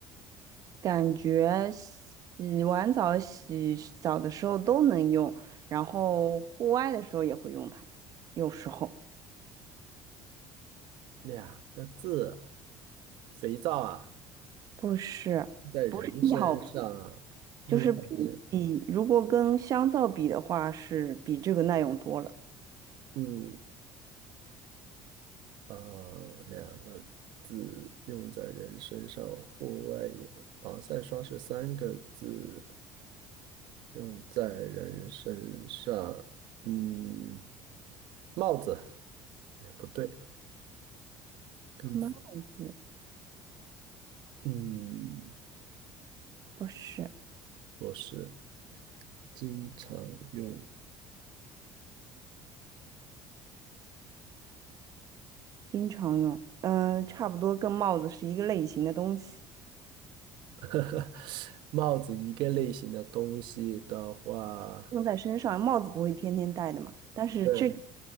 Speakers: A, on the right; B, on the right.
A: 感觉洗完澡、洗澡的时候都能用，然后户外的时候也会用它，有时候
B: 两个字，肥皂啊，
A: 不是不是易耗品，
B: 在人身上。
A: 就是比比如果跟香皂比的话，
B: 嗯，
A: 是比这个耐用多了，
B: 嗯啊，两个字用在人身上，户外也。防晒霜是三个字，用在人身上。嗯，帽子也不对，跟
A: 帽子
B: 嗯
A: 不是。
B: 不是经常用。
A: 经常用，嗯，差不多跟帽子是一个类型的东西，
B: <laughs> 帽子一个类型的东西的话，
A: 用在身上。帽子不会天天戴的嘛，但是这个
B: 对，